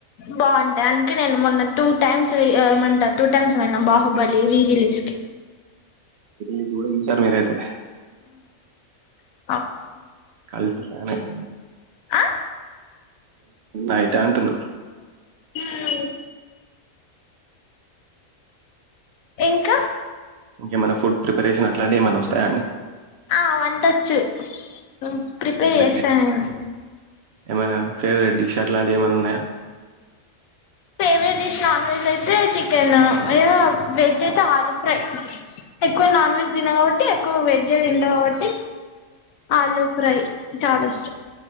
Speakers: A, on the left; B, on the right.
A: బాగుంటాయ్ అందుకే నేను మొన్న టూ టైమ్స్ ఏమంట టూ టైమ్స్ పోయిన బాహుబలి రీ రిలీజ్ కి
B: రెస్కూడ ఇంటారు మీరయితే
A: ఆ
B: కల్పు ఫ్యాన్ ఏయ్
A: ఆ
B: అయితాయ్ అంటున్నా
A: హుమ్ ఇంకా
B: ఓకే మన ఫుడ్ ప్రిపరేషన్ అట్లాంటివి ఏమన్నా వస్తాయా అండి
A: ఆ వంటొచ్చు హుమ్ ప్రిపేర్
B: గ్రేట్
A: చేస్తా నేను
B: ఏమైనా ఫేవరెట్ డిష్ అట్లాంటివి ఏమైనా ఉన్నాయా
A: ఫేవరెట్ డిష్ నాన్ వెజ్ అయితే చికెన్ వెజ్ అయితే ఆలు ఫ్రై ఎక్కువ నాన్ వెజ్ తిన కాబట్టి ఎక్కువ వెజ్ తింట కాబట్టి ఆలు ఫ్రై చాలా ఇష్టం